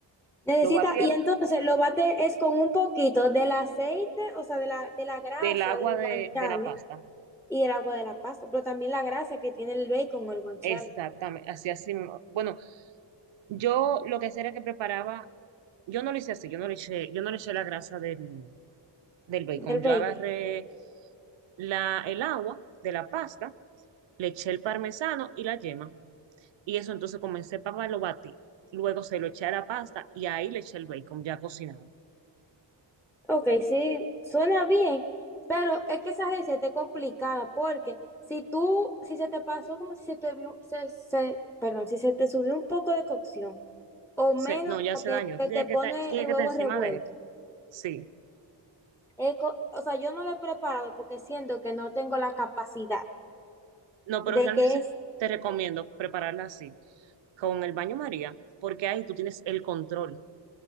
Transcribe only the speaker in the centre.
Necesita,
y
entonces lo bate es con un poquito del aceite, o sea, de la, de la grasa
del
guanciale
y el agua de la pasta, pero también la grasa que tiene el bacon o el guanciale,
del bacon.
Ok, sí, suena bien, pero es que esa receta es complicada porque si tú, si se te pasó como si se te, vio- se, se- perdón, si se te subió un poco de cocción o
menos
como
que
se
te pone
el
huevo
revuelto.
es co- o sea, yo no lo he preparado porque siento que no tengo la capacidad
de
que